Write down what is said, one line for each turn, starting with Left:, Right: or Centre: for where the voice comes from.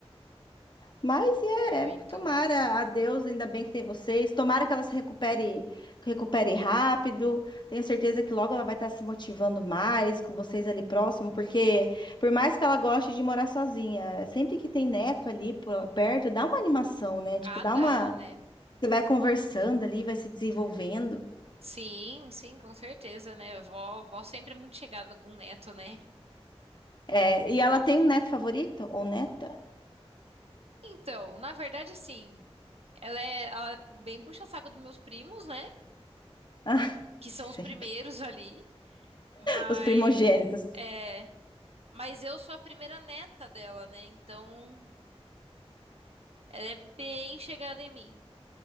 Left: Mas
Right: muito.
Left: é, é, tomara a Deus, ainda bem que tem vocês. Tomara que ela se recupere, recupere rápido. Tenho certeza que logo ela vai estar se motivando mais com vocês ali próximo, porque por mais que ela goste de morar sozinha, sempre que tem neto ali por- perto, dá uma animação, né? Tipo,
Right: Ah,
Left: dá
Right: dá,
Left: uma.
Right: né?
Left: Você vai conversando ali, vai se desenvolvendo.
Right: Sim, sim, com certeza, né? Vó, vó sempre é muito chegada com o neto, né?
Left: É, e ela tem um neto favorito ou neta?
Right: Então, na verdade, assim, Ela é, ela é bem puxa-saco dos meus primos, né?
Left: <laughs>
Right: Que são
Left: Sempre.
Right: os primeiros ali. Mas,
Left: Os primogênitos.
Right: é, mas eu sou a primeira neta dela, né? Então, ela é bem chegada em mim.